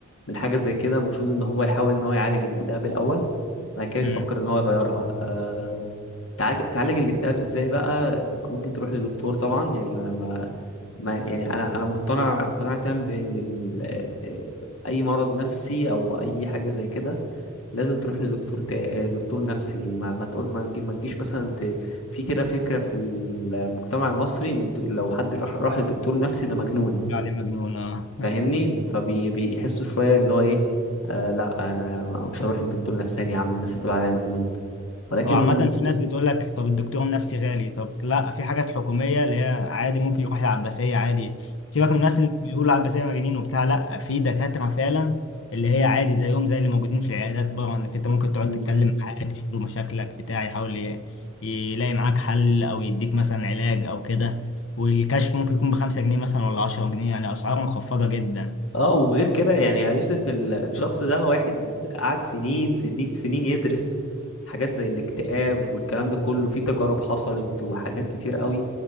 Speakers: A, on the left; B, on the left.
A: من حاجه زي كده المفروض ان هو يحاول ان هو يعالج الاكتئاب الاول بعد كده
B: امم
A: يفكر ان هو يغيرها أه... تعالج تعالج الاكتئاب ازاي بقى ممكن تروح للدكتور طبعا يعني ما, ما... ما يعني انا انا مقتنع اقتناع تام بان ال... آه، آه، اي مرض نفسي او اي حاجه زي كده لازم تروح لدكتور تا... دكتور نفسي ما ما تقول ما, تجي- ما تجيش مثلا ت... في كده فكرة في المجتمع المصري إن د- لو حد راح راح لدكتور نفسي ده مجنون
B: عليه مجنون اه
A: فاهمني فبيحسوا شوية اللي هو ايه آه لا انا مش هروح لدكتور نفساني يا عم الناس هتقول عليا مجنون ولكن
B: هو عامة في ناس بتقول لك طب الدكتور النفسي غالي طب لا في حاجات حكومية اللي هي عادي ممكن يروح العباسية عادي سيبك من الناس اللي بيقولوا العباسية مجانين وبتاع لا في دكاترة فعلا اللي هي عادي زيهم زي اللي موجودين في العيادات بره انك انت ممكن تقعد
A: امم
B: تتكلم معاه تحكي له مشاكلك بتاع يحاول ي- يلاقي معاك حل او يديك مثلا علاج او كده والكشف ممكن يكون بخمسة جنيه مثلا ولا عشرة جنيه يعني اسعار مخفضة جدا
A: اه وغير كده يعني يا يوسف ال- الشخص ده واحد قعد سنين سنين سنين يدرس حاجات زي الاكتئاب والكلام ده كله في تجارب حصلت وحاجات كتير قوي